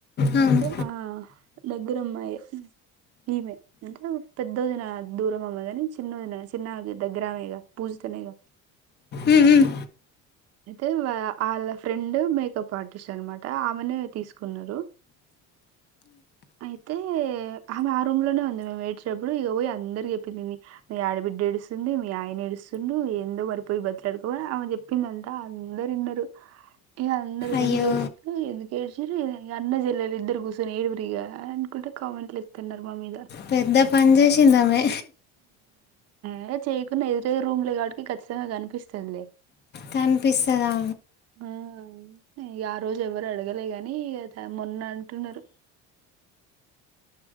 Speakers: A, on the left; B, on the right.
A: అవును
B: అయితే ఆ దగ్గరమ్మాయే ఈమె. పెద్దోదిన దూరం అమ్మాయే కాని, చిన్నోదిన చిన్నమే దగ్గరమేగా పూజితనేగా.
A: మ్మ్మ్.
B: అయితే వా ఆళ్ళ ఫ్రెండ్ మేకప్ ఆర్టిస్ట్ అన్నమాట. ఆమెనే తీసుకున్నారు, అయితే ఆమె ఆ రూమ్ లోనే ఉన్నాది మేము ఏడ్చేటప్పుడు. ఇగా పోయి అందరుకి చెప్పింది. మీ మీ ఆడబిడ్డ ఏడుస్తుంది, మీ ఆయన ఏడుస్తుండు, ఏందో మరి పోయి బ్రతిమిలాడుకో ఆమె చెప్పింది అంట. అందరు ఇన్నారు. ఇగా అందరు
A: అయ్యో
B: ఎందుకు ఏడుస్తుండ్రు ఎందుకు ఏడ్చిండ్రు, ఇగ అన్న జెల్లెలు ఇద్దరు కూర్చొని ఏడువురిగా, అనుకుంట కామెంట్లు ఇత్తూన్నారు మా మీద.
A: పెద్ద పన్ చేసిందమే.
B: ఇగ చేయకున్న, ఎదురేదురు రూమ్లే కాబట్టికి ఖచ్చితంగా కనిపిస్తదిలే.
A: కనిపిస్తదా.
B: హ్మ్. ఇగ ఆ రోజు ఎవరు అడగలే గా, ఇగ త మొన్న అంటున్నారు.